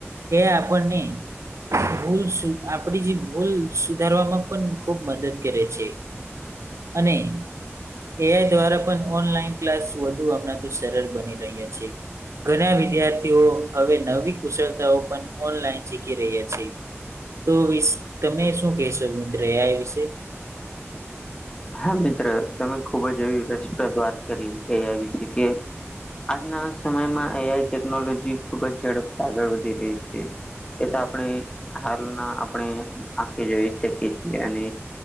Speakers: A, on the right; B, on the left.
A: એ આપણને ભૂલ સુ આપડી જે ભૂલ સુધારવામાં પણ ખુબ મદદ કરે છે. અને એ આઈ દ્વારા પણ ઓનલાઈન ક્લાસ વધુ હમણા તો સરળ બની રહ્યા છે. ઘણા વિદ્યાર્થીઓ હવે નવી કુશળતાઓ પણ ઓનલાઈન શીખી રહ્યા છે. તો વિશ તમે શું કેશો મિત્ર એ આઈ વિશે?
B: હા મિત્ર તમે ખુબ જ એવી રસપ્રદ વાત કરી એ આઈ વિશે કે આજના સમયમાં એઆઈ ટેકનોલોજી ખુબ જ ઝડપથી આગળ વધી રહી છે, એ તો આપણે હાલના આપણે આખથી જોઈ શકીએ છીએ અને